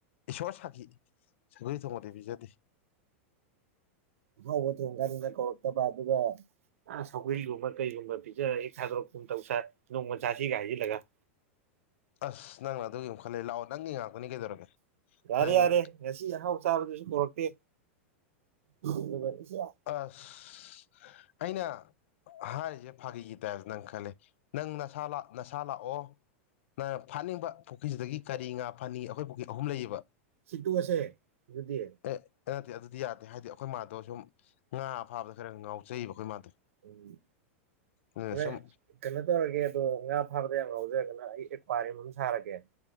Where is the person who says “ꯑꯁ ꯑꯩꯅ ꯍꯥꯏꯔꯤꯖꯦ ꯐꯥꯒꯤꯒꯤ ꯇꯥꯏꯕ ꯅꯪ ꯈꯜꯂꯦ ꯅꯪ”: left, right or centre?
Left